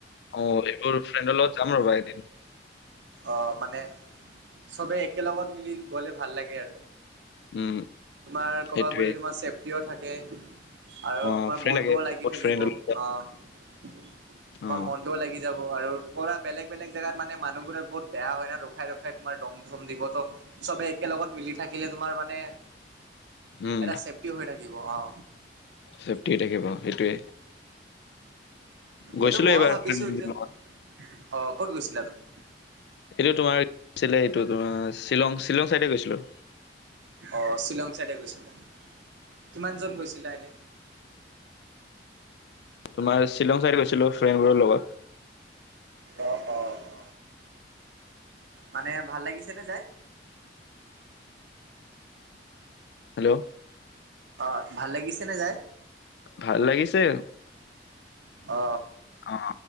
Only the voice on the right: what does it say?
অঁ মানে চবে একেলগত মিলি গ'লে ভাল লাগে আৰু।
তোমাৰ কবা
গ'লে তোমাৰ ছেফটিও থাকে। আৰু
তোমাৰ
মনটোও
লাগি
থাকিব।
অঁ
তোমাৰ
মন টোও লাগি যাব আৰু পুৰা বেলেগ বেলেগ জেগাত মানে মানুহবোৰে বহুত বেয়া হয় না ৰখাই ৰখাই তোমাৰ দম চম দিব ত'। চবে একেলগত মিলি থাকিলে তোমাৰ মানে
এটা চেফটি হৈ থাকিব অঁ।
এইটো ময়ো
ভাবিছোঁ এতিয়া,
অঁ ক'ত গৈছিলা তুমি?
অঁ শ্বিলং চাইডে গৈছিলা। কিমান জন গৈছিলা এনে?
অঁ অঁ অঁ। মানে ভাল লাগিছে নে যাই?
অ, ভাল লাগিছে নে যায়?
অ